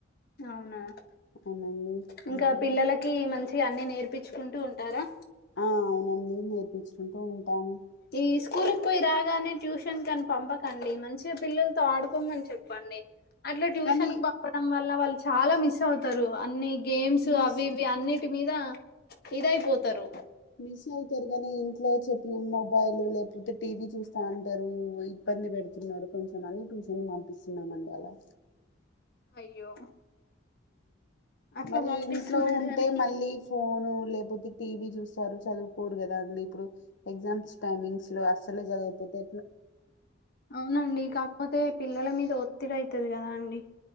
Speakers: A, on the left; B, on the left.
A: అవునా
B: అవునండి
A: ఇంకా
B: ఉమ్.
A: పిల్లలకి మంచి అన్ని నేర్పించుకుంటూ ఉంటారా
B: ఆ అవునండి నేర్పించుకుంటూ ఉంటాము
A: ఈ స్కూల్ ఎకుయి రాగానే ట్యూషన్ క అని పంపకండి మంచిగా పిల్లలతో ఆడుకోమని చెప్పండి అట్లా ట్యూషన్
B: కానీ
A: క పంపడం వల్ల వాళ్ళు చాలా మిస్ అవుతారు అన్ని గేమ్స్
B: మిస్
A: అవి ఇవి అన్ని మీద ఇదయిపోతారు
B: మిస్ అవుతారు నీ ఇంట్లో చెప్పిన మొబైల్ లేకపోతే టీవీ చూస్తా అరు ఇబ్బంది పెడుతున్నారు కొంచెం అని ట్యూషన్ పంపిస్తున్నామ అండి అలా
A: అయ్యో అట్లా
B: మరి
A: పంపిస్తున్నారు
B: ఇంట్లో ఉంటే
A: గాని
B: మళ్ళీ ఫోను లేపోతే టీవీ చూస్తారు చదువుకోరు కదా అండి ఇప్పుడు ఎగ్జామ్స్ టైమింగ్స్ లో అస్సలే చదువుపోతే
A: అవునండి కాకపోతే పిల్లల మీద ఒత్తిడి అయితది కదా అండి